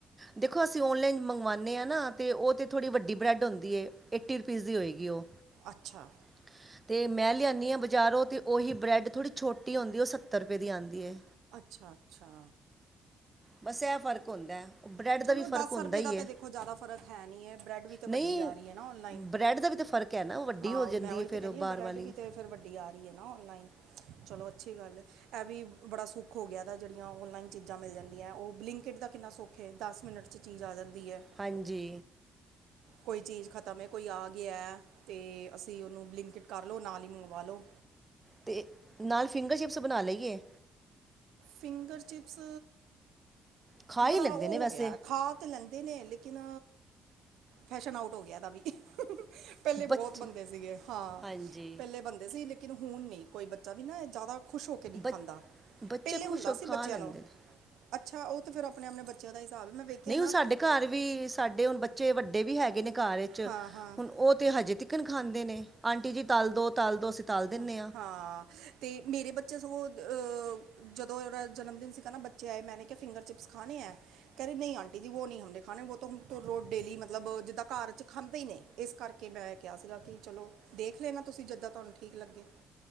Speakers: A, on the right; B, on the right.
A: ਦੇਖੋ ਅਸੀਂ ਔਨਲਾਈਨ ਮੰਗਵਾਉਂਣੇ ਆ ਨਾ ਉਹ ਤੇ ਥੋੜ੍ਹੀ ਵੱਡੀ ਬ੍ਰੈਡ ਹੁੰਦੀ ਹੈ ਏਟੀ ਰੁਪੀਜ਼ ਦੀ ਹੋਏਗੀ ਓ।
B: ਅੱਛਾ।
A: <inaudible> ਤੇ ਮੈਂ ਲਿਆਣੀ ਆ ਬਜ਼ਾਰੋਂ ਅਤੇ ਉਹੀ ਬਰੈੱਡ ਥੋੜ੍ਹੀ ਛੋਟੀ ਹੁੰਦੀ ਆ ਉਹ ਸੱਤਰ ਰੁਪਏ ਦੀ ਆਦੀ ਐ।
B: ਅੱਛਾ-ਅੱਛਾ।
A: ਬਸ ਇਹ ਫਰਕ ਹੁੰਦਾ। ਬ੍ਰੈਡ
B: ਚਲੋ
A: ਦਾ ਵੀ ਫਰਕ
B: ਦਸ
A: ਹੁੰਦਾ
B: ਰੁਪਏ
A: ਹੀ
B: ਦਾ ਤੇ
A: ਏ
B: ਦੇਖੋ ਜ਼ਿਆਦਾ ਫ਼ਰਕ ਹੈ ਨਹੀ ਹੈ ਬ੍ਰੈਡ ਵੀ ਤਾਂ
A: ਨਹੀਂ
B: ਵੱਡੀ ਆ ਰਹੀ ਹੈ ਨਾ ਆਨਲਾਈਨ।
A: ਬ੍ਰੈਡ ਦਾ ਵੀ ਤਾਂ ਫਰਕ ਹੈ ਨਾ ਉਹ ਵੱਡੀ
B: ਹਾਂ
A: ਹੋ ਜਾਂਦੀ
B: ਮੈਂ ਉਹੀ
A: ਏ
B: ਤੇ
A: ਫਿਰ
B: ਕਹਿ
A: ਉਹ
B: ਰਹੀ ਹੈ
A: ਬਾਹਰ
B: ਬਰੈਡ
A: ਵਾਲੀ
B: ਵੀ ਤੇ ਫਿਰ ਵੱਡੀ ਆ ਰਹੀ ਹੈ ਨਾ ਆਨਲਾਈਨ। ਚਲੋ ਅੱਛੀ ਗੱਲ ਇਹ ਵੀ ਬੜਾ ਸੁੱਖ ਹੋ ਗਿਆ ਦਾ ਜਿਹੜੀਆਂ ਔਨਲਾਈਨ ਚੀਜ਼ਾਂ ਮਿਲ ਜਾਂਦੀਆਂ ਉਹ ਬਲਿੰਕਿਟ ਦਾ ਕਿੰਨਾ ਸੁੱਖ ਤੇ ਦਸ ਮਿੰਨਟ ਚ ਚੀਜ਼ ਆ ਜਾਂਦੀ ਹੈ।
A: ਹਾਂਜੀ।
B: ਕੋਈ ਚੀਜ਼ ਖਤਮ ਹੈ ਕੋਈ ਆ ਗਿਆ ਤੇ ਅਸੀਂ ਉਹਨੂੰ ਬਲਿੰਕਟ ਕਰ ਲਉ ਨਾਲ ਹੀ ਮੰਗਵਾ ਲਉ।
A: ਤੇ, ਨਾਲ ਫਿੰਗਰ ਚਿਪਸ ਬਣਾ ਲਈਏ।
B: ਫਿੰਗਰ ਚਿਪਸ,
A: ਖਾ ਹੀ
B: ਬੜਾ
A: ਲੈਂਦੇ
B: ਉਹ
A: ਨੇ ਵੈਸੇ
B: ਹੋ ਗਿਆ ਖਾ ਤੇ ਲੈਂਦੇ ਨੇ ਲੇਕਿਨ, ਫੈਸ਼ਨ ਆਊਟ ਹੋ ਗਿਆ ਇਹਨਾਂ ਦਾ ਵੀ ਪਹਿਲੇ ਬਹੁਤ
A: ਬੱਚੇ
B: ਬਣਦੇ ਸੀਗੇ ਹਾਂ,
A: ਹਾਂਜੀ
B: ਪਹਿਲੇ ਬਣਦੇ ਸੀ ਲੇਕਿਨ ਹੁਣ ਨੀ ਕੋਈ ਬੱਚਾ ਵੀ ਨਾ ਜ਼ਿਆਦਾ ਖ਼ੁਸ਼ ਹੋ ਕੇ ਨਹੀ ਖਾਂਦਾ।
A: ਬੱਚ ਬੱਚੇ
B: ਪਹਿਲੇ ਹੁੰਦਾ
A: ਖੁਸ਼ ਹੋ ਕੇ
B: ਸੀ
A: ਖਾ
B: ਬੱਚਿਆਂ
A: ਲੈਂਦੇ
B: ਨੂੰ,
A: ਨੇ
B: ਅੱਛਾ ਉਹ ਤੇ ਫੇਰ ਆਪਣੇ-ਆਪਣੇ ਬੱਚਿਆਂ ਦਾ ਹਿਸਾਬ ਆ ਮੈਂ ਵੇਖਿਆ
A: ਨਹੀ
B: ਨਾ
A: ਹੁਣ ਸਾਡੇ ਘਰ ਵੀ ਸਾਡੇ ਹੁਣ ਬੱਚੇ ਵੱਡੇ ਵੀ ਹੈਗੇ ਨੇ ਘਰ ਵਿੱਚ
B: ਹਾਂ ਹਾਂ
A: ਹੁਣ ਉਹ ਤੇ ਹਜੇ ਤਿਕ ਚਿਕਨ ਖਾਂਦੇ ਨੇ ਆਂਟੀ ਜੀ ਤਲ ਦੋ ਤਲ ਦੋ ਤਲ ਦਿੰਨੇ
B: ਹ
A: ਆ
B: ਹਾਂ ਤੇ ਮੇਰੇ ਬੱਚੇ ਸਗੋਂ ਅ, ਜਦੋਂ ਉਹਦਾ ਜਨਮਦਿਨ ਸੀ ਗਾ ਨਾ ਬੱਚੇ ਆਏ ਮੈਂ ਨੇ ਕਿਹਾ ਫਿੰਗਰ ਚਿਪ ਖਾਣੇ ਐ। ਕਹਿੰਦੇ ਨਹੀ ਆਂਟੀ ਜੀ ਬੋ ਨਹੀ ਹਮਨੇ ਖਾਣੇ ਬੋ ਰੋ ਮਤਲਬ ਜਿੱਦਾਂ ਘਰ ਚ ਖਾਂਦੇ ਹੀ ਨੇ। ਇਸ ਕਰਕੇ ਮੈਂ ਕਿਹਾ ਸੀ ਗਾ ਕਿ ਚਲੋ ਦੇਖ ਲੈਣਾ ਤੁਸੀਂ ਜਿੱਦਾ ਤੁਹਾਨੂੰ ਠੀਕ ਲੱਗੇ।